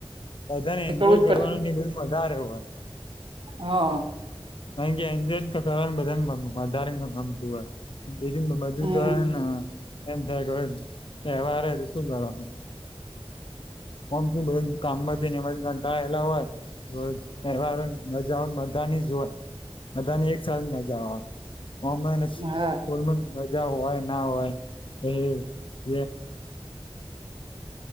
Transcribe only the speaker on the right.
નીકળવું
જ
પડે
હા
હમ
હા